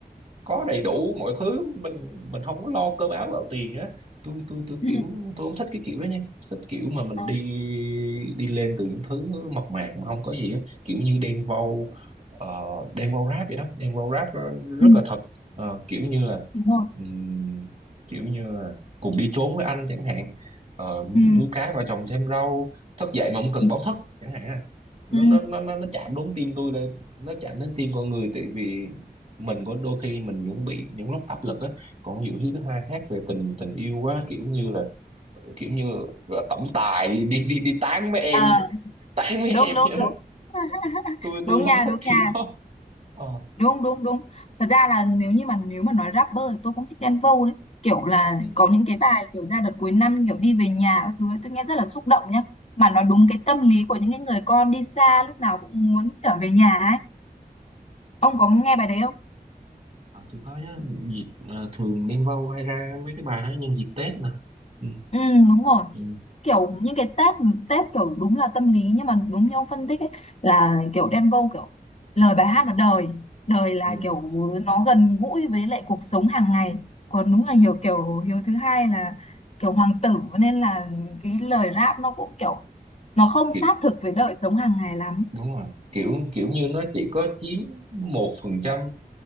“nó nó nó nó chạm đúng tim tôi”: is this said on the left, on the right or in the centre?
Right